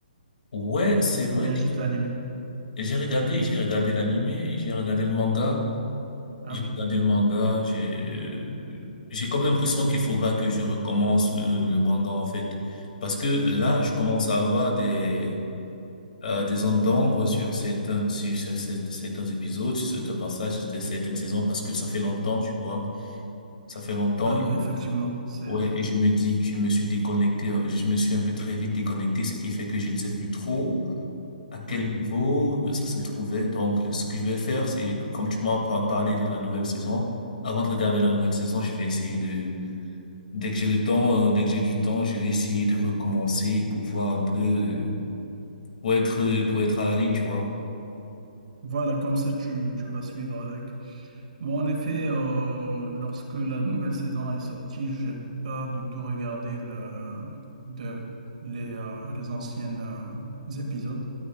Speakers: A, on the left; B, on the right.
A: Ouais, c'est vrai.
B: ou bien juste l'anime.
A: Et j'ai regardé, j'ai regardé l'animé, j'ai regardé le manga,
B: Ah
A: j'ai
B: oui,
A: regardé le manga, j'ai, euh, j'ai comme l'impression qu'il faudra que je recommence le, le manga, en fait. Parce que là, je commence à avoir des, euh, des zones d'ombre sur certains, sur cer- cer- certains épisodes, sur certains passages, sur certaines saisons, parce que ça fait longtemps, tu vois. Ça fait longtemps.
B: bah oui, effectivement, c'est...
A: Ouais, et je me dis que
B: c'est-
A: je me suis déconnecté, euh, je me suis un peu très vite déconnecté, ce qui fait que je ne sais plus trop à quel
B: Oui,
A: niveau ça se trouvait. Donc, ce que je vais faire, c'est que comme tu m'as par- parlé de la nouvelle saison, avant de regarder la nouvelle saison, je vais essayer de, dès que j'ai le temps, euh, dès que j'ai du temps, je vais essayer de recommencer pour voir un peu, euh, pour être, pour être à la ligne, tu vois.
B: voilà, comme ça tu, tu vas suivre avec. Moi, en effet, euh, lorsque la nouvelle saison est sortie, j'ai pas du tout regardé le, de, les, euh, les anciennes euh, épisodes,